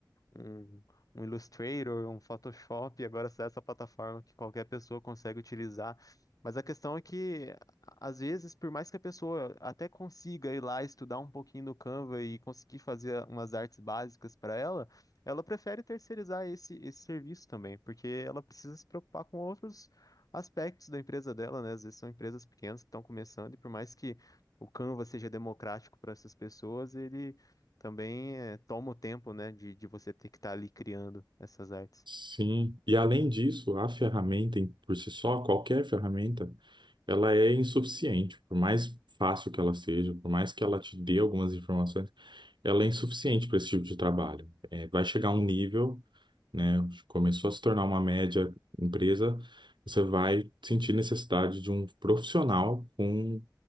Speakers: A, on the left; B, on the right.
A: um, um Illustrator, um Photoshop, e agora sai essa plataforma que qualquer pessoa consegue utilizar. Mas a questão é que, a- às vezes, por mais que a pessoa até consiga ir lá estudar um pouquinho no Canva e conseguir fazer umas artes básicas para ela, ela prefere terceirizar esse, esse serviço também, porque ela precisa se preocupar com outros aspectos da empresa dela, né? Às vezes são empresas pequenas que estão começando, e por mais que o Canva seja democrático para essas pessoas, ele também é, toma o tempo, né, de, de você ter que estar ali criando essas artes.
B: Sim, e além disso, a ferramenta em- por si só, qualquer ferramenta, ela é insuficiente. Por mais fácil que ela seja, por mais que ela te dê algumas informações, ela é insuficiente para esse tipo de trabalho. É, vai chegar um nível, né? Começou a se tornar uma média empresa, você vai sentir necessidade de um profissional com,